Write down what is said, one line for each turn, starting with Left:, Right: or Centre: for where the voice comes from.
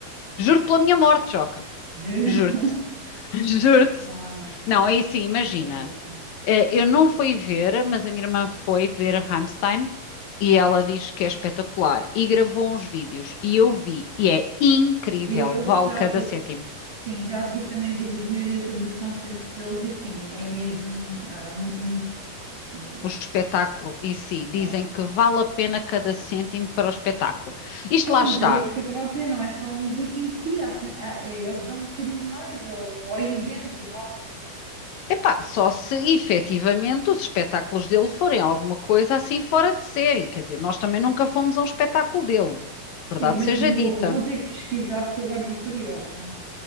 Left: Juro-te pela minha morte, Joca.
Right: juro. <laughs>
Left: Juro-te. <laughs> Juro-te.
Right: Não, não, não
Left: Não, é assim, imagina.
Right: compensa.
Left: eh, Eu não fui ver, mas a minha irmã foi ver Rammstein e ela diz que é espetacular e gravou uns vídeos e eu vi e é incrível,
Right: Eu
Left: vale
Right: já,
Left: cada
Right: e-
Left: cêntimo.
Right: sim, já vi também vídeos no YouTube dos concertos deles e sim, é mesmo ah, mu- muito bom, muito
Left: O espetáculo em si, dizem
Right: bom.
Left: que vale a pena cada cêntimo para o espetáculo. Isto
Right: Então,
Left: lá
Right: mas
Left: está.
Right: é isso que eu estava a dizer, não é só a música em si, há sem- há- é- eles dão um bocadinho mais ao, ao invento, vá.
Left: Epá, só se efetivamente os espetáculos dele forem alguma coisa assim fora de série. Quer dizer, nós também nunca fomos a um espetáculo dele, verdade
Right: Sim, mas
Left: seja
Right: vou,
Left: dita.
Right: vou ter que pesquisar porque agora estou curiosa.